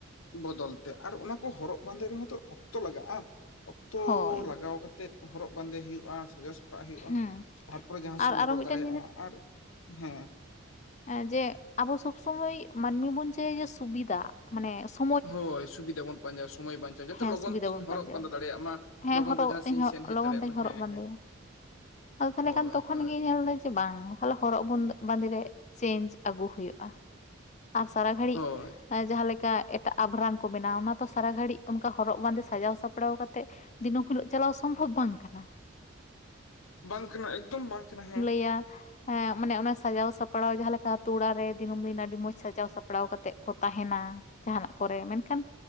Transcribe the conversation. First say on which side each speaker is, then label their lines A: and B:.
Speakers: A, on the left (about 80°); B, on the left (about 35°).
A: ᱵᱚᱫᱚᱞ ᱛᱮ ᱟᱨ ᱚᱱᱟᱠᱚ ᱦᱚᱨᱚᱜ ᱵᱟᱸᱫᱮ ᱨᱮᱦᱚᱸ ᱛᱚ ᱚᱠᱛᱚ ᱞᱟᱜᱟᱜᱼᱟ᱾ ᱚᱠᱛᱚ
B: ᱦᱳᱭ
A: ᱞᱟᱜᱟᱣ ᱠᱟᱛᱮᱫ ᱦᱚᱨᱚᱜ ᱵᱟᱸᱫᱮ ᱦᱩᱭᱩᱜᱼᱟ ᱥᱟᱡᱚᱜ ᱥᱟᱜ ᱦᱩᱭᱩᱜᱼᱟ᱾
B: ᱦᱮᱸ
A: ᱛᱟᱨᱯᱚᱨᱮ ᱡᱟᱦᱟᱸ
B: ᱟᱨ
A: ᱥᱮᱢ ᱮᱢ
B: ᱟᱨᱚ
A: ᱚᱰᱚᱠ
B: ᱢᱤᱫᱴᱮᱱ
A: ᱫᱟᱲᱮᱭᱟᱜᱼᱟ ᱟᱨ ᱦᱮᱸ
B: ᱮᱸ ᱡᱮ ᱟᱵᱚ ᱥᱚᱵᱥᱚᱢᱚᱭ ᱢᱟᱹᱱᱢᱤ ᱵᱚᱱ ᱪᱟᱹᱭᱟ ᱡᱮ ᱥᱩᱵᱤᱫᱷᱟ ᱢᱟᱱᱮ ᱥᱩ
A: ᱦᱳᱭ ᱥᱩᱵᱤᱫᱟ ᱵᱚᱱ ᱯᱟᱸᱡᱟᱭᱟ᱾ ᱥᱚᱢᱚᱭ ᱵᱟᱧᱪᱟᱜ ᱡᱟᱛᱮ
B: ᱦᱮᱸ
A: ᱞᱚᱜᱚᱱ
B: ᱥᱩᱵᱤᱫᱷᱟ
A: ᱛᱤᱧ
B: ᱵᱚᱱ
A: ᱦᱚᱨᱚᱜ
B: ᱯᱟᱸᱡᱟᱭᱟ
A: ᱵᱟᱸᱫᱮ ᱫᱟᱲᱮᱭᱟᱜ ᱢᱟ᱾
B: ᱦᱮᱸ
A: ᱞᱚᱜᱚᱱ
B: ᱦᱚᱨᱚᱜᱚᱜ
A: ᱛᱮ ᱡᱟᱦᱟᱸ
B: ᱛᱮᱧ
A: ᱥᱮᱫ ᱤᱧ ᱥᱮᱱ ᱦᱮᱡ
B: ᱞᱚᱜᱚᱱ
A: ᱫᱟᱲᱮᱭᱟᱜ
B: ᱫᱚᱧ
A: ᱢᱟ
B: ᱦᱚᱨᱚᱜ
A: ᱦᱮᱸ
B: ᱵᱟᱸᱫᱮᱭᱟ᱾
A: ᱦᱮᱸ
B: ᱟᱫᱚ ᱛᱟᱦᱚᱞᱮ
A: ᱦᱳᱭ
B: ᱠᱷᱟᱱ ᱛᱚᱠᱷᱚᱱ
A: ᱦᱳᱭ
B: ᱜᱮ ᱧᱮᱞ ᱫᱟ ᱡᱮ ᱥᱮ ᱵᱟᱝ ᱦᱚᱞᱚ ᱦᱚᱨᱚᱜᱸ ᱵᱚᱱᱫ ᱵᱟᱸᱫᱮ ᱨᱮ ᱪᱮᱧᱡᱽ ᱟᱜᱩ ᱦᱩᱭᱩᱜᱼᱟ᱾ ᱟᱨ ᱥᱟᱨᱟ ᱜᱷᱟᱹᱲᱤᱡ
A: ᱦᱳᱭ
B: ᱡᱟᱦᱟᱸ ᱞᱮᱠᱟ ᱮᱴᱟᱜ ᱟᱵᱷᱨᱟᱱ ᱠᱚ ᱢᱮᱱᱟ᱾ ᱚᱱᱟ ᱫᱚ ᱥᱟᱨᱟ ᱜᱷᱟᱹᱲᱤᱡ ᱚᱱᱠᱟ ᱦᱚᱨᱚᱜ ᱵᱟᱸᱫᱮ ᱥᱟᱡᱟᱣ ᱥᱟᱯᱲᱟᱣ ᱠᱟᱛᱮᱫ ᱫᱤᱱᱟᱹᱢ ᱦᱤᱞᱳᱜ ᱪᱟᱞᱟᱣ ᱥᱚᱢᱵᱷᱚᱵ ᱵᱟᱝ ᱠᱟᱱᱟ
A: ᱵᱟᱝ ᱠᱟᱱᱟ ᱮᱠᱫᱚᱢ ᱵᱟᱝ ᱠᱟᱱᱟ ᱦᱮᱸ
B: <unintelligible> ᱮᱸᱜ, ᱢᱟᱱᱮ ᱚᱱᱟ ᱥᱟᱡᱟᱣ ᱥᱟᱯᱲᱟᱣ ᱡᱟᱦᱟᱸ ᱞᱮᱠᱟ ᱟᱛᱩ ᱚᱲᱟᱜ ᱨᱮ ᱫᱤᱱᱟᱹᱢ ᱫᱤᱱ ᱟᱹᱰᱤ ᱢᱚᱸᱡᱽ ᱥᱟᱡᱟᱣ ᱥᱟᱯᱲᱟᱣ ᱠᱟᱛᱮ ᱠᱚ ᱛᱟᱦᱮᱱᱟ ᱡᱟᱦᱟᱱᱟᱜ ᱠᱚᱨᱮ ᱢᱮᱱᱠᱷᱟᱱ